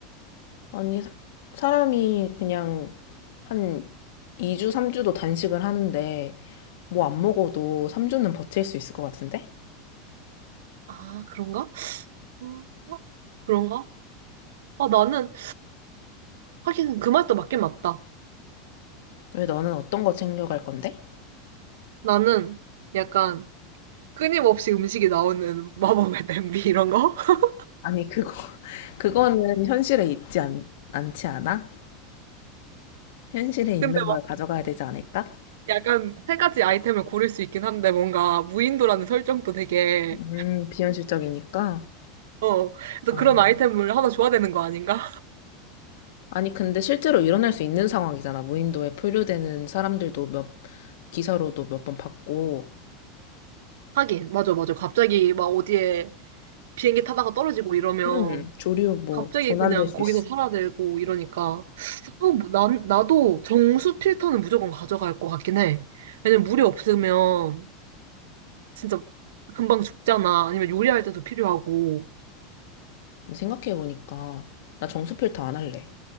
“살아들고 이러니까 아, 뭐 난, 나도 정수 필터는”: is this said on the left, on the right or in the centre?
Right